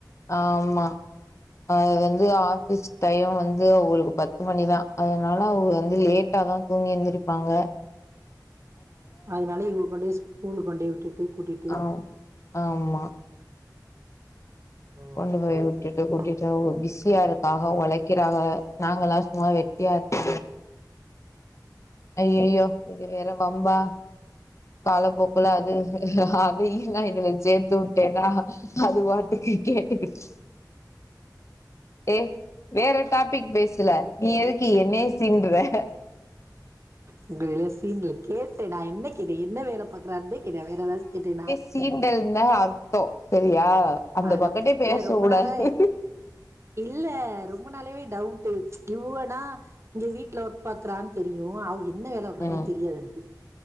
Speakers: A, on the left; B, on the right.
A: ஆம்மா அது வந்து ஆஃபீஸ் டையோ வந்து அவுகளுக்கு பத்து மணிதா அதனால அவுகுக வந்து லேட்டா தா தூங்கியந்திருப்பாங்க
B: அதனாலே இவங்க கொண்டே ஸ்கூல் கொண்டே விட்டுட்டு கூட்டிட்டு
A: ஆவ் ஆமா
B: ஓ
A: கொண்டு
B: சேரி
A: போய் விட்டுட்டு
B: சேரி சேரி
A: கூட்டிட்டு அவுங்க பிஸியா இருக்காக உழைக்கிறாக நாங்கல்லாம் சும்மா வெட்டியா இரு ஐய்யய்யோ இது வேற வம்பா காலப்போக்குல அது அதையும்ல்லாம் இதுல சேத்துட் எதா அது பாட்டுக்கு கேட்டுக்குட்டு ஏ வேற டாபிக் பேசுல நீ எதுக்கு என்னய சீன்ற
B: ஒங்கள எதும் சீன்டல கேட்டே நா என்ன கேட்டே என்ன வேல பாக்கறான்தே கேட்டே வேற ஏதாச்சும் கேட்டேன்னா
A: சீண்டல்ன்ன அர்த்தோ சரியா அந்த
B: அட
A: பக்கட்டே பேச
B: இல்ல ரொம்ப
A: உடாது
B: நாளா இல்ல ரொம்ப நாளவே டவுட் இவுகனா இங்க வீட்ல ஒரு பத்றான்னு தெரியும் ஆவ் இ என்ன வேலைவாக்கறானே
A: ம்
B: தெரியாது எனக்கு